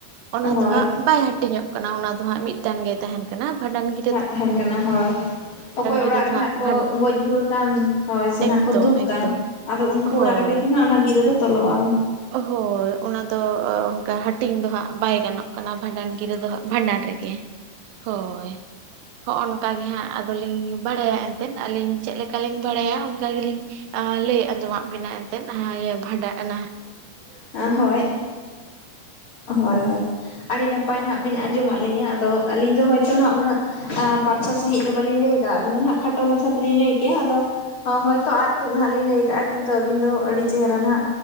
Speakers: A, on the right; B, on the left.
A: ᱚᱱᱟ
B: ᱦᱳᱭ
A: ᱫᱚ ᱦᱟᱸᱜ ᱵᱟᱭ ᱦᱟᱹᱴᱤᱧᱚᱜ ᱠᱟᱱᱟ ᱚᱱᱟ ᱫᱚ ᱦᱟᱸᱜ ᱢᱤᱫᱴᱟᱝ ᱜᱮ ᱛᱟᱦᱮᱸᱱ ᱠᱟᱱᱟ ᱵᱷᱟᱸᱰᱟᱱ ᱜᱮ
B: ᱛᱟᱦᱮᱸᱱ ᱠᱟᱱᱟ ᱦᱳᱭ ᱚᱠᱚᱭ ᱚᱲᱟᱜ
A: ᱜᱤᱨᱟᱹ
B: ᱨᱮ
A: ᱫᱚ
B: ᱱᱟᱦᱟᱜ
A: ᱦᱟᱸᱜ
B: ᱠᱚ
A: ᱵᱷᱟᱱ
B: ᱜᱚᱡ ᱜᱩᱨ ᱟᱠᱟᱱ ᱦᱳᱭ ᱥᱮ
A: ᱮᱠᱫᱚᱢ
B: ᱱᱟᱦᱱᱟᱜ ᱠᱚ ᱫᱩᱠ
A: ᱮᱠᱫᱚᱢ
B: ᱠᱟᱱ ᱟᱫᱚ ᱩᱱᱠᱩ
A: ᱦᱳᱭ
B: ᱚᱲᱟᱜ ᱨᱮᱜᱮᱛᱚ ᱱᱟᱜ ᱚᱱᱟ ᱜᱤᱨᱟᱹ ᱫᱚ ᱛᱚᱞᱚᱜ-ᱟ᱾
A: ᱦᱳᱭ ᱚᱱᱟ ᱫᱚ ᱚᱱᱠᱟ ᱦᱟᱹᱴᱤᱧ ᱫᱚ ᱦᱟᱸᱜ ᱵᱟᱭ ᱜᱟᱱᱚᱜ ᱠᱟᱱᱟ ᱵᱷᱟᱸᱰᱟᱱ ᱜᱤᱨᱟᱹ ᱫᱚ ᱦᱟᱸᱜ ᱵᱷᱟᱸᱰᱟᱱ ᱨᱮᱜᱮ᱾ ᱦᱳᱭ ᱦᱚᱸᱜᱚᱱ ᱜᱮ ᱦᱟᱸᱜ ᱟᱫᱚᱞᱤᱧ ᱵᱟᱲᱟᱭᱟ ᱮᱱᱛᱮᱫ ᱟᱹᱞᱤᱧ ᱪᱮᱫ ᱞᱮᱠ ᱠᱟᱞᱤᱧ ᱵᱟᱲᱟᱭᱟ ᱚᱱᱠᱟ ᱜᱮᱞᱤᱧ ᱞᱟᱹᱭ ᱟᱸᱡᱚᱢᱟᱫ ᱵᱤᱱᱟ ᱮᱱᱛᱮᱫ ᱵᱷᱟᱰᱟᱜ ᱮᱱᱟ
B: ᱟ ᱦᱳᱭ ᱦᱳᱭ ᱦᱳᱭ ᱟᱹᱰᱤ ᱱᱟᱯᱟᱭ ᱱᱟᱦᱟᱜ ᱵᱤᱱ ᱟᱸᱡᱚᱢᱟᱫ ᱞᱤᱧᱟᱹ ᱟᱫᱚ ᱟᱹᱞᱤᱧ ᱫᱚ ᱦᱚᱭᱛᱚ ᱱᱟᱦᱟᱜ ᱩᱱᱟᱹᱜ ᱟ ᱯᱟᱨᱪᱷᱟ ᱥᱟᱦᱤᱡ ᱫᱚ ᱵᱟᱹᱞᱤᱧ ᱞᱟᱹᱭ ᱠᱟᱜᱵᱤᱱᱟ ᱦᱟᱸᱜ ᱠᱷᱟᱴᱚ ᱢᱟᱪᱷᱟ ᱛᱮᱞᱤᱧ ᱞᱟᱹᱭ ᱠᱮᱜ-ᱟ ᱟᱫᱚ ᱚ ᱦᱚᱭᱛᱳ ᱟᱫ ᱛᱩᱫ ᱱᱟᱜ ᱞᱤᱧ ᱞᱟᱹᱭ ᱠᱟᱜ-ᱟ᱾ ᱠᱤᱱᱛᱩ ᱟᱹᱵᱤᱱ ᱫᱚ ᱟᱹᱰᱤ ᱪᱮᱦᱮᱨᱟ ᱦᱱᱟᱜ